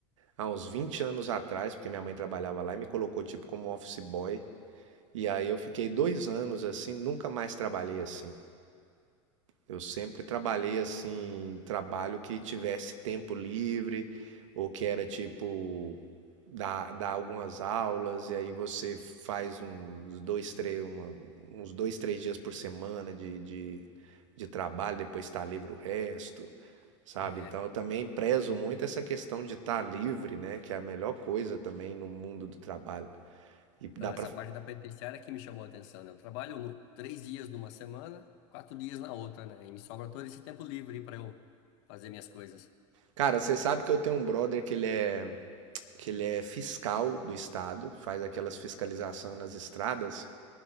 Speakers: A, on the right; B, on the left.
A: há uns 20 anos atrás, porque minha mãe trabalhava lá e me colocou tipo como office boy. E aí eu fiquei dois anos assim, nunca mais trabalhei assim. Eu sempre trabalhei assim, trabalho que tivesse tempo livre, ou que era tipo dar, dar algumas aulas, e aí você faz uns dois, três, uma- uns dois, três dias por semana de, de, de trabalho, depois está livre o resto, sabe?
B: É.
A: Então eu também prezo muito essa questão de estar livre, né? Que é a melhor coisa também no mundo do trabalho. E dá
B: Então, essa
A: pra.
B: parte da penitenciária que me chamou a atenção, né? Eu trabalho no- três dias numa semana, quatro dias na outra, né? E me sobra todo esse tempo livre para eu fazer minhas coisas.
A: Cara, você sabe que eu tenho um brother que ele é. que ele é fiscal do estado, faz aquelas fiscalização nas estradas,